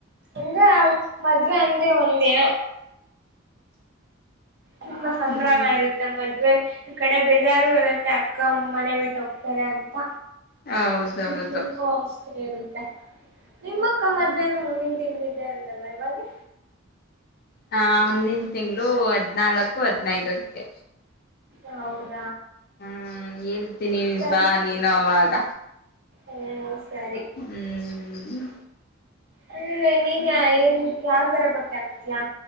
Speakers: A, on the right (about 55°); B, on the left (about 50°).
A: ಅಂದ್ರ ಆ ಮದ್ವೆ ಅಂದ್ರೆ ಒಂದೇಿನ ತುಂಬಾ ಸಂಭ್ರಮ
B: ಹ್ಮ್
A: ಇರುತ್ತೆ ಮದ್ವೆ ಈ ಕಡೆ ಬೇಜಾರು ಇರುತ್ತೆ ಅಕ್ಕ ಅಮ್ಮನೆ ಬಿಟ್ಟ ಹೋಗ್ತಾರೆ ಅಂತ
B: ಹೌದೌದು.
A: ಖುಷಿನೂ ಅಷ್ಟೇ ಇರುತ್ತೆ ನಿಮ್ಮಕ್ಕನ ಮದ್ವೆನು ಮುಂದಿನ ತಿಂಗಳು ಇದೆ ಅಂದಲ್ಲ ಯಾವಾಗೆ.
B: ಹ ಮುಂದಿನ ತಿಂಗಳು ಹದ್ನಾಲ್ಕು ಹದ್ನೈದಕ್ಕೆ.
A: ಆ ಹೌದ್
B: ಹ್ಮ ಹೇಳ್ತೀನಿ
A: ಕರಿ
B: ಬಾ ನೀನು ಅವಾಗ
A: ಹ್ಮ್. ಸರಿ
B: ಹ್ಮ್
A: ಅ ನೀನ್ ಎನ್ ಯಾವ್ ತರ ಬಟ್ಟೆ ಆಗ್ತಿಯಾ.